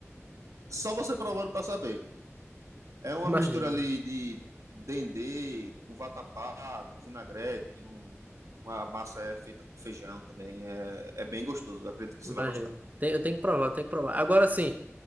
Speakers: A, on the right; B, on the right.
A: Só você provando pra saber. É uma
B: Imagino,
A: mistura ali de dendê com vatapá, com vinagrete, e um, uma massa é feita com feijão também. É, é bem gostoso, acredito que
B: imagino.
A: você vai gostar.
B: Tem, eu tenho que provar, eu tenho que provar. Agora sim.